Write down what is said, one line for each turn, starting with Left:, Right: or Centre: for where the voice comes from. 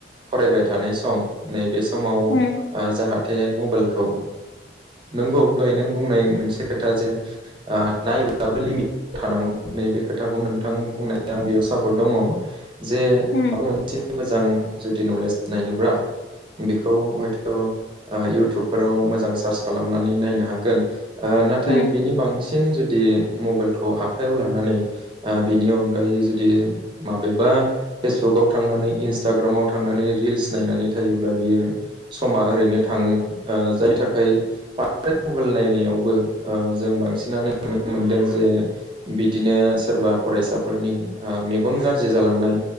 Right: फरायबाय थानाय सम नैबे समाव
Left: उम
Right: जाहाथे मबाइलखौ नंगौ दहाय नों बुंनाय मोनसे खोथा जे ओ नायब्लाबो लिमिथ थानांगौ नैबे खोथाखौ नोंथां बुंनाय आं बेयाव सापर्ट दङ। जे माबा
Left: उम
Right: मोनसे मोजां जुदि नलेज नायनोब्ला बेखौ हयथ' इउटुबफोराव मोजां सार्च खालामनानै नायनो हायो। हागोन नाथाय
Left: उम
Right: बिनि बांसिन जुदि मबाइलखौ आखाइयाव लानानै ओ बिनि अनगायै जुदि माबेबा फेसबुकाव थांनानै इन्सटाग्रामाव थांनानै रिल्स नायनानै थायोब्ला बियो समा ओरैनो थाङो ओ जायनि थाखाय बांद्राय मबाइल नायनायावबो जों बांसिनानो मोनदों जे बिदिनो सोरबा फरायसाफोरनि ओ मेगन गाज्रि जालांनाय